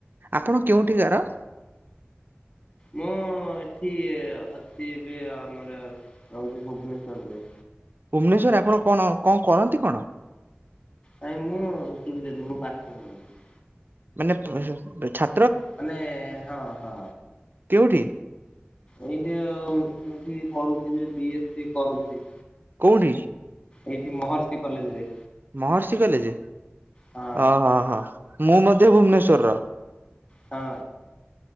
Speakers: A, on the right; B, on the left.
A: ଆପଣ କେଉଠିକାର?
B: ମୁଁ ଏଠି ଅଛି ଏବେ ଆମର ରହୁଛି ଭୁବନେଶ୍ଵରରେ।
A: ଭୁବନେଶ୍ଵରରେ ଆପଣ କଣ କଣ କରନ୍ତି କଣ?
B: ନାଇଁ ମୁଁ ଷ୍ଟୁଡେଣ୍ଟ୍ ମୁଁ ପାଠ ପଢୁଛି।
A: ମାନେ <unintelligible> ଛା
B: ମାନେ ହଁ ହଁ।
A: କେଉଠି
B: ଏଇଠି ଆଉ ଏଠି ପଢୁଥିଲି ବି ଏସ ଡି କରୁଛି।
A: କୋଉଠି?
B: ଏଇଠି ମହର୍ଷି କଲେଜ ରେ।
A: ମହର୍ଷି କଲେ
B: ହଁ
A: ଓହ ହ ହ ମୁଁ ମଧ୍ୟ ଭୁବନେଶ୍ଵରର।
B: ହଁ।